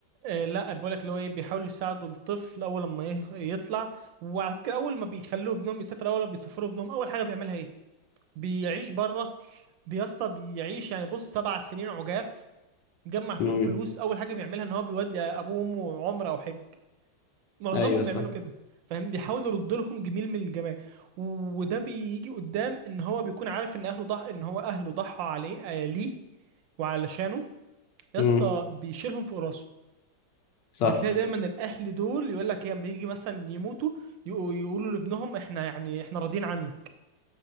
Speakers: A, on the right; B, on the left.
A: آه، لا بقول لك اللي هو ايه بيحاولوا يساعدوا الطفل اول لما ي- يطلع وعلى فكره اول ما بيخلوه ابنهم يسافر اول ما بيسافروا ابنهم اول حاجه بيعملها ايه بيعيش بره بيسطى بيعيش يعني بص سبع سنين عجاف جمع فيهم
B: امم
A: فلوس اول حاجه بيعملها ان هو بيودي ابوه وامه عمره او حج معظمهم
B: ايوه صح
A: بيعملوا كده فاهم بيحاولوا يردوا لهم جميل من الجمال وده بيجي قدام ان هو بيكون عارف ان اهله ضح ان هو اهله ضحوا عليه آه، ليه وعلشانه يا
B: امم
A: اسطى بيشيلهم في راسه
B: صح
A: بتلاقي دايما الاهل دول يقول لك إيه، لما يجي مثلا يموتوا يقو- يقولوا لابنهم احنا يعني احنا راضيين عنك